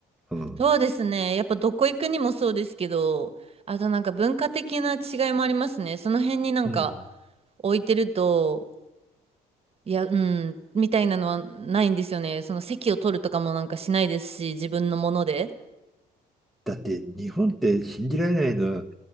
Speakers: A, in the centre; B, on the right.
A: うん
B: そうですね。やっぱどこ行くにもそうですけど、あとなんか文化的な違いもありますね。その辺になんか
A: うん、
B: 置いてると、いや、うん、みたいなのはないんですよね。その席を取るとかもなんかしないですし、自分のもので。
A: だって日本って信じられないのは